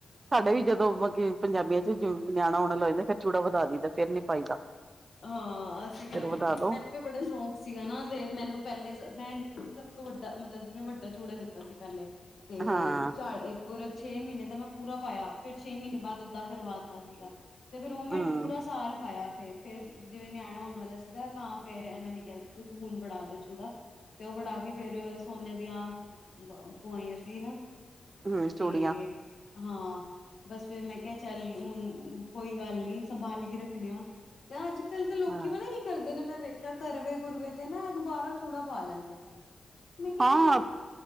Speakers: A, on the right; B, on the left.
A: ਸਾਡੇ ਵੀ ਜਦੋਂ ਵਧੀਆ ਮਤਲਬ ਪੰਜਾਬੀਆਂ 'ਚ ਨਿਆਣਾ ਹੋਨਵਾਲਾ ਹੋਵੇ ਫਿਰ ਚੂੜਾ ਵਧਾ ਦਈਦਾ ਫਿਰ ਨੀ ਪਾਈਦਾ।
B: ਹਾਂ ਅਸੀਂ ਵੀ
A: ਫਿਰ ਵਧਾ ਦੋ
B: ਮੈਨੂੰ ਵੀ ਬੜਾ ਸ਼ੌਕ ਸੀਗਾ ਨਾ ਤੇ ਮੈਨੂੰ ਪਹਿਲੇ ਮੈਂ ਸਭ ਤੋਂ ਵੱਡਾ ਮਤਲਬ ਜਿਵੇਂ ਵੱਡਾ ਚੂੜਾ ਲਿੱਤਾ ਸੀ, ਪਹਿਲੇ ਤੇ
A: ਹਾਂ
B: ਚਾਲ ਪੁਰੇ ਛੇ ਮਹੀਨੇ ਤਾਂ ਮੈਂ ਪੂਰਾ ਪਾਇਆ ਫੇਰ ਛੇ ਮਹੀਨੇ ਬਾਅਦ ਅੱਧਾ ਕਰਵਾ ਦਿੱਤਾ ਸੀਗਾ। ਤੇ ਫੇਰ ਉਹ ਮੈਂ
A: ਹਮ
B: ਪੂਰਾ ਸਾਲ ਪਾਇਆ ਫੇਰ ਫੇਰ ਜਿਵੇਂ ਨਿਆਣਾ ਆਉਣ ਵਾਲਾ ਸੀਗਾ ਤਾਂ ਫੇਰ ਇਹਨਾਂ ਨੇ ਕਿਹਾ ਸੀ ਤੂੰ ਹੁਣ ਬੜਾ ਲੈ ਚੂੜਾ ਤੇ ਉਹ ਬੜਾ ਕੇ ਫੇਰ ਸੋਨੇ ਦੀਆਂ ਪਵਾਈਆਂ ਸੀ ਨਾ
A: ਹੂੰ <unintelligible>
B: ਤੇ ਹਾਂ ਬਸ ਫੇਰ ਮੈਂ ਕਿਹਾ ਚੱਲ ਹੁਣ ਕੋਈ ਗੱਲ ਨੀ ਸੰਭਾਲ ਕੇ ਰੱਖਣੇ ਆ। ਅੱਜ ਕੱਲ ਤਾਂ ਲੋਕੀ
A: ਹਾਂ
B: ਪਤਾ ਕੀ ਕਰਦੇ ਨੇ ਮੈਂ ਵੇਖ ਜਾ ਕਰਵੇ ਕੁਰਵੇ ਤੇ ਨਾ ਦੁਬਾਰਾ ਚੂੜਾ ਪਾ ਲੈਂਦੇ ਮੈਂ ਕਿਹਾ
A: ਹਾਂ
B: ਐਵੇਂ